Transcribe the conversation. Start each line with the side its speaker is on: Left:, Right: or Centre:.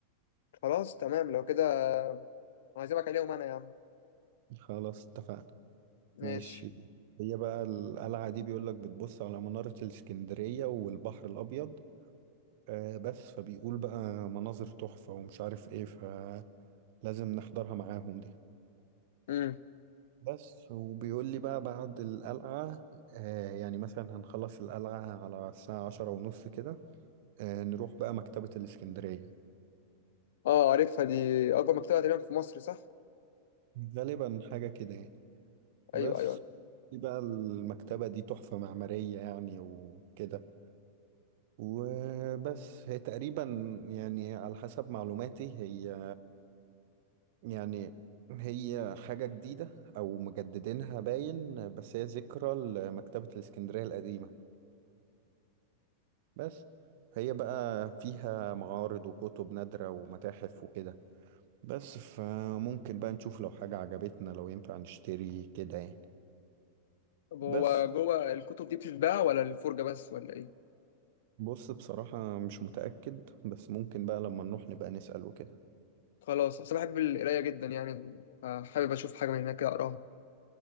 Left: خلاص تمام لو كده هعزمك عليهم انا يا عم
Right: خلاص اتفقنا
Left: ماشي
Right: ماشي هي بقى القلعة دي بيقولك بتبص على منارة الإسكندرية والبحر الأبيض آه بس فبيقول بقى مناظر تحفة ومش عارف ايه فلازم نحضرها معاهم دي
Left: امم
Right: بس وبيقول لي بقى بعد القلعة آه يعني مثلا هنخلص القلعة على الساعة عشرة ونص كده آه نروح بقى مكتبة الإسكندرية
Left: اه عارفها دي اكبر مكتبه تقريبا في مصر صح
Right: غالبا حاجة كده يعني بس
Left: ايوه ايوه
Right: دي بقى المكتبة دي تحفة معمارية يعني وكده وبس هي تقريبا يعني على حسب معلوماتي هي يعني هي حاجة جديدة أو مجددينها باين بس هي ذكرى لمكتبة الإسكندرية القديمة بس هي بقى فيها معارض وكتب نادرة ومتاحف وكده بس فممكن بقى نشوف لو حاجة عجبتنا لو ينفع نشتري كده يعني
Left: طب هو
Right: بس
Left: جوه الكتب دي بتتباع ولا الفرجه بس ولا ايه
Right: بص بصراحة مش متأكد بس ممكن بقى لما نروح نبقى نسأل وكده
Left: خلاص اصل أنا بحب القرايه جدا يعني حابب اشوف حاجه من هناك كده اقراها